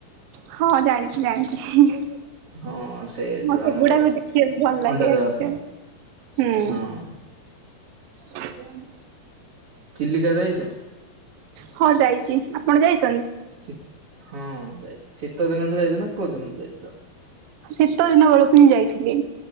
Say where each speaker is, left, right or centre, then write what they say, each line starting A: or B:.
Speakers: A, on the right (about 75°); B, on the right (about 50°).
A: ହଁ ଜାଣିଛି ଜାଣିଛି।
B: ହଁ ସେଇ
A: ମତେ
B: ଯୋଉ ଆମର
A: ଏଗୁଡାକ ଦେଖିବାକୁ ଭଲ ଲାଗେ
B: ଅଣ୍ଡା ଦେବା
A: ଆକ୍ଚୁଆଲି।
B: ପାଇଁ।
A: ହୁଁ
B: ହଁ।
A: <unintelligible>
B: ଚିଲିକା ଯାଇଚ?
A: ହଁ ଯାଇଛି ଆପଣ ଯାଇ
B: ଶି ହଁ ଯାଇଛି ଶୀତ ଦିନରେ ଯାଇଛ ନା କୋଉ ଦିନରେ ଯାଇଥିଲ?
A: ଶୀତ ଦିନ ବେଳକୁ ହିଁ ଯାଇଥିଲି।